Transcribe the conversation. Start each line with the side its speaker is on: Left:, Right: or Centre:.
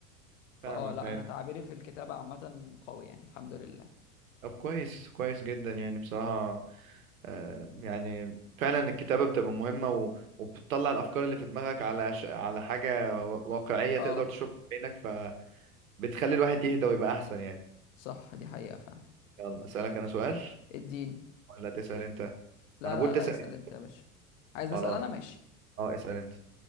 Left: فاه
Right: فاهمك
Left: لا
Right: ايوه
Left: انا تعبيري في الكتابه عامه قوي يعني الحمد لله
Right: طب كويس كويس جدا يعني بصراحة آه، يعني فعلا الكتابة بتبقى مهمة و... وبتطلع الأفكار اللي في دماغك على ش... على حاجة وا- واقعية
Left: اه
Right: تقدر تشوفها بعينك فبتخلي الواحد يهدى ويبقى أحسن يعني
Left: صح دي حقيقه فعلا
Right: يلا أسألك أنا سؤال
Left: اديني
Right: ولا تسأل أنت؟
Left: لا
Right: أنا بقول
Left: لا
Right: تسأل
Left: لا اسال
Right: أنت
Left: انت يا باشا عايز
Right: خلاص
Left: نسال انا ماشي
Right: أه اسأل أنت